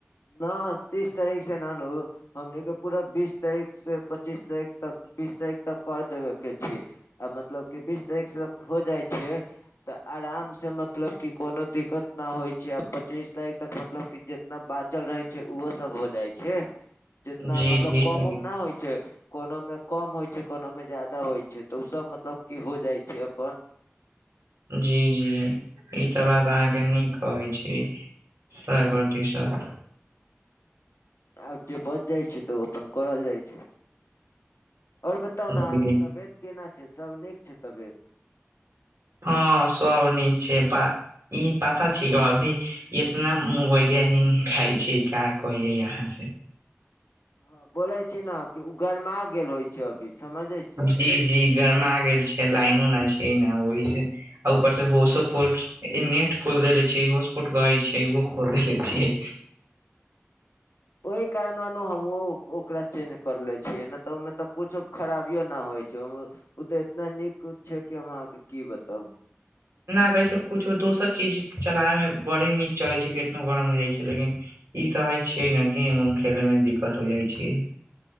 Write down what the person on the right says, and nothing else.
जी
जी
जी जी ई तऽ बात अहाँके नीक कहै छैय। <inaudible>
जी
हाँ सब नीक छैय प ई पता छैय ग अभी इतना मोबाइल हींग खाइ छैय क्य कही यहाँ से।
जी जी गरमा गेल छैय लाइनो नै छैय एने ओहि से।
उपर से होसपोट नेट खोल देेले छियै होसपोट ग छैय ओहो खोल देेले छियै।
नै तैसे कुछो दोसर चीज चलाबे मे बड़ी नीक चलै छैय कि केतनो गरम हो जाइ छैय लेकिन ई सहे छिये ने गेम उम खेले में दिक्कत हो जाय छैय।